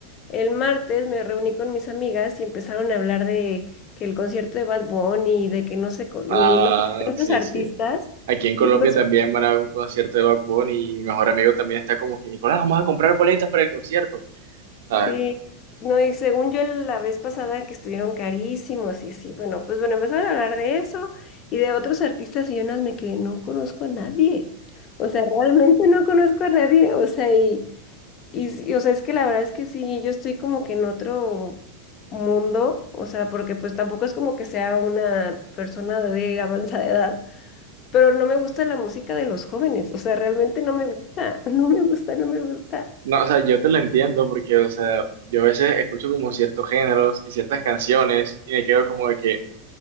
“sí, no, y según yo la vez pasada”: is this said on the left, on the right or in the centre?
Left